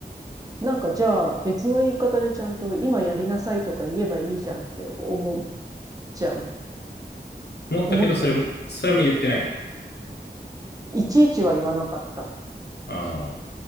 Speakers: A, on the right (about 20°); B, on the left (about 70°).
A: なんかじゃあ別の言い方でちゃんと今やりなさいとか言えばいいじゃんって思っちゃう。
B: 思ったけど、
A: 思ってた。
B: それも、それも言ってないの。
A: いちいちは言わなかった。
B: ああ。